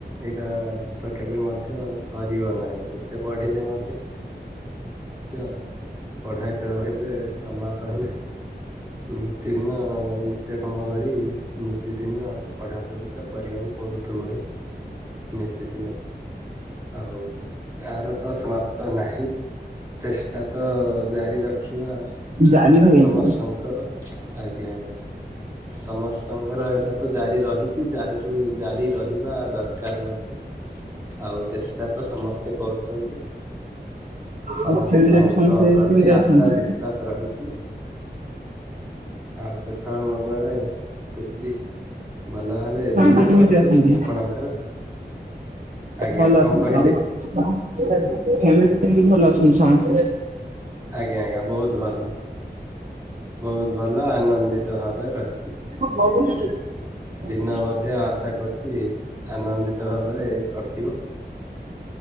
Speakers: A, on the right (about 20°); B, on the right (about 45°).
A: ଏଇଟା ତ କେବେ ମଧ୍ୟ ସରିବ ନାହିଁ ଯେତେ ପଢିଲେ ମଧ୍ୟ ମଧ୍ୟ ପଢା କେବେ ସ ସମାତ ହିଁ ନାହିଁ। ନିତିଦିନ ନିତ୍ୟ କାମ ଭଳି ନିତି ଦିନ ପଢାପଢି ତ କରିବାକୁ ପଡୁ ଥିବ ହିଁ ନିତିଦିନ। ଆଉ ଏହାର ତ ସମାପ୍ତ ନାହିଁ। ଚେଷ୍ଟା ତ ଜାରି ରଖିବା
B: ଜାରି ରହିଛି
A: ସମସ୍ତଙ୍କ ଆଜ୍ଞା ଆଜ୍ଞା ସମସ୍ତଙ୍କର ଏଇଟା ତ ଜାରି ରହିଛି ଜାହିର ଜାରି ରହିବା ଦରକାର ମଧ୍ୟ। ଆଉ ଚେଷ୍ଟା ତ ସମସ୍ତେ କରୁଛନ୍ତି। ସମସ୍ତଙ୍କ
B: ଆଉ ଫ୍ୟାମିଲିରେ ସମସ୍ତେ
A: ପ୍ରତି
B: କେମିତି ଅଛନ୍ତି?
A: ଆଶା ବିଶ୍ଵାସ ରହିଛି। ଆଉ ପେସା ମନରେ କେମିତି? ଭଲ ଭାବେ ଦିନ
B: କେମତି
A: କଟୁ
B: ଅଛନ୍ତି?
A: ଆପଣଙ୍କର ଆଜ୍ଞା
B: ଭଲ
A: କଣ
B: ଅଛନ୍ତି
A: କହିଲେ?
B: ତମ ଫ୍ୟା୍ମିଲ କେମିତି ଭଲ ଅଛନ୍ତି ସମସ୍ତେ?
A: ଆଜ୍ଞା ଆଜ୍ଞା ବହୁତ ଭଲ ବହୁତ ଭଲ ଆନନ୍ଦିତ ଭାବେ ରହିଛି।
B: ହଁ <inaudible> <inaudible>
A: ନା ମଧ୍ୟ ଆଶା କରିଛି ଆନନ୍ଦିତ ଭାବରେ କଟିବ।